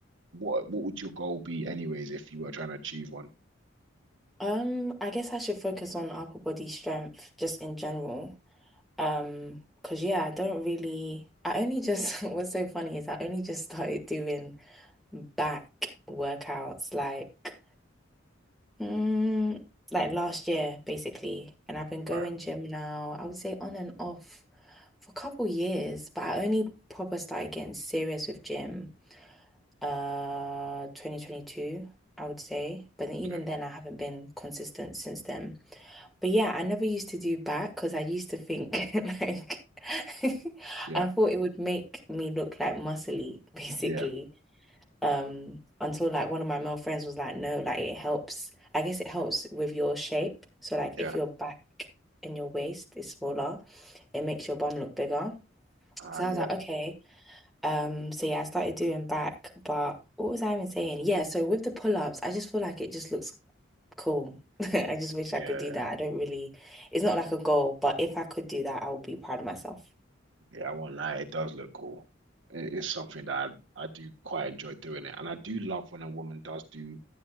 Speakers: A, on the right; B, in the centre.
A: What what would your goal be, anyways, if you were trying to achieve one?
B: Um, I guess I should focus on upper body strength just in general. Um, because yeah, I don't really, I only just, <laughs> what's so funny is I only just started doing back workouts. Like, Mm, like last year, basically. And I've been going
A: Right.
B: gym now, I would say on and off for a couple years, but I only proper started getting serious with gym uh 2022, I would say. But then even
A: Okay.
B: then I haven't been consistent since then. But yeah, I never used to do back because I used to think <laughs> like <laughs>
A: Yeah.
B: I thought it would make me look like muscly, <laughs> basically
A: Yeah.
B: um until like one of my male friends was like no like it helps I guess it helps with your shape so like
A: Yeah.
B: if your back and your waist is smaller it makes your bum look bigger
A: Ah.
B: so
A: yeah.
B: I was like okay um so yeah I started doing back but what was I even saying yeah so with the pull-ups I just feel like it just looks cool <laughs> I just wish
A: Yeah.
B: I could do that I don't really it's not like a goal but if I could do that I would be proud of myself
A: Yeah. I won't lie. It does look cool. It is something that I, I do quite enjoy doing it, and I do love when a woman does do